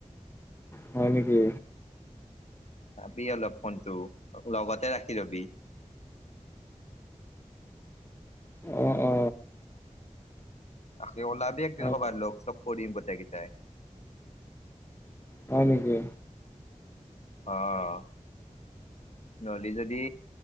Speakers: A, on the left (about 20°); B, on the left (about 55°).
A: হয় নেকি।
B: চাবি অলপ ফোনটো লগতে ৰাখি লবি।
A: অ অ
B: তাকে ওলাবি একদিন
A: হয়
B: কবাৰ লগ চব কৰিম গোটেই কেইটাই।
A: হয় নেকি।
B: অহ নহলে যদি